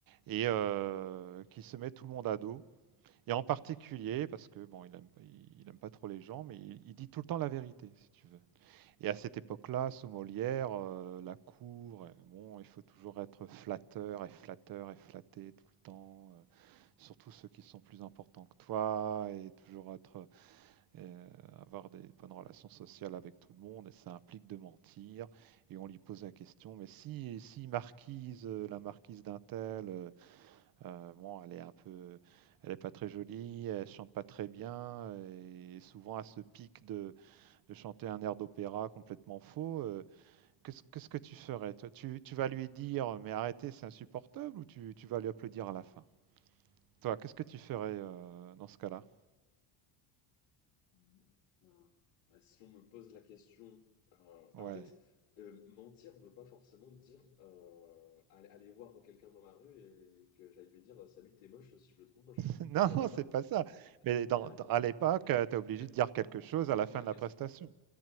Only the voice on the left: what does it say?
Mhm.
Mhm. Ah. Bah, si on me pose la question, euh,
ah, en fait, euh, mentir ne veut pas forcément dire euh, aller, aller voir quelqu'un dans la rue et que j'aille lui dire salut, t'es moche si je le trouve moche.
Ça ne veut pas
forcément
dire, en fait,
dire
la vérité.
Et
donc,
en fait,
si
on, si
on me
pose
la
question,